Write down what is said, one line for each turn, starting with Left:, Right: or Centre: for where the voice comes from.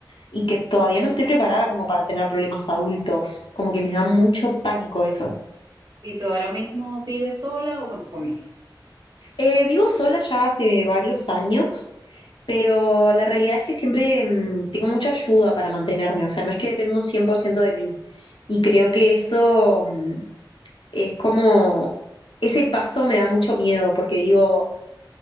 Left: y que todavía no estoy preparada como para tener problemas adultos. Como que me da mucho pánico eso.
Right: ¿Y tú ahora mismo vives sola o con tu familia?
Left: Eh, vivo sola ya hace varios años, pero la realidad es que siempre mm, tengo mucha ayuda para mantenerme. O sea, no es que dependo 100% de mí. Y creo que eso. mm, Es como, ese paso me da mucho miedo porque digo,